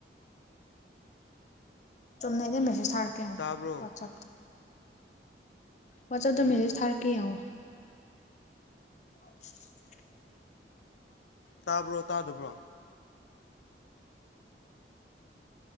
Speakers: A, on the left; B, on the left.
A: ꯆꯨꯝꯅꯩꯗ ꯃꯦꯁꯦꯁ ꯊꯥꯔꯛꯀꯦ ꯌꯦꯡꯉꯣ
B: ꯇꯥꯕ꯭ꯔꯣ
A: ꯋꯥꯠꯆꯞꯇ ꯋꯥꯠꯆꯞꯇ ꯃꯦꯁꯦꯖ ꯊꯔꯛꯀꯦ ꯌꯦꯡꯉꯣ <inaudible>
B: ꯇꯥꯕ꯭ꯔꯣ ꯇꯥꯗꯕ꯭ꯔꯣ